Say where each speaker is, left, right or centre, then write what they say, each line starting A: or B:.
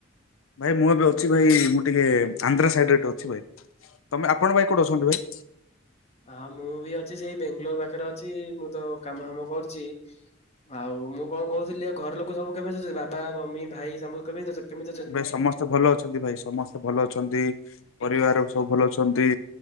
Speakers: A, on the left; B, on the left.
A: ଭାଇ ମୁଁ ଏବେ ଅଛି ଭାଇ ମୁଁ ଟିକେ ଆନ୍ଧ୍ରା ସାଇଡ ଅଛି ଭାଇ। ତମେ ଆପଣ ପାଇଁ କୋଉଠି ଅଛନ୍ତି ଭାଇ?
B: ହଁ ମୁଁ ବି ଅଛି ସେଇ ବେଙ୍ଗାଲୋର ପାଖରେ ଅଛି ମୁଁ ତ କାମ ହାମ କରୁଛି। ଆଉ ମୁଁ କଣ କହୁଥିଲି ଘର ଲୋକ ସବୁ କେମିତି ଅଛନ୍ତି? ବାବା ମମି ଭାଇ ସମସ୍ତୁ କେମିତି ଅଛନ୍ତି? କେମିତି
A: ଭାଇ ସମସ୍ତେ ଭଲ ଅଛନ୍ତି, ଭାଇ ସମସ୍ତେ ଭଲ ଅଛନ୍ତି, ପରିବାର ସବୁ ଭଲ ଅଛନ୍ତି।